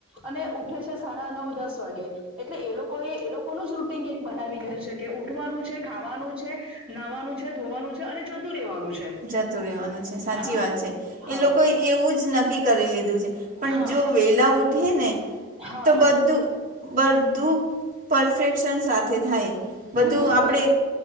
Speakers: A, in the centre; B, on the right (about 35°).
A: અને ઉઠે છે સાડાનવ દસ તવાગે એટલે એ લોકોએ એ લોકોનું જ રૂટીન કેક બનાવી દીધું છે કે, ઉઠવાનું છે, ખાવાનું છે, નાવાનું છે, ધોવાનું છે, અને જતું રહેેવાનું છે.
B: જતું રહેવાનું છે, સાચી
A: હા
B: વાત છે,
A: હા
B: એ લોકોએ એવું જ નક્કી કરી લીધું છે, પણ
A: હા
B: જો વેલા ઉઠે ને
A: હા
B: તો બધુ બધુ પરફેક્શન સાથે થે થાય બધું
A: હમ
B: આપણે
A: હવે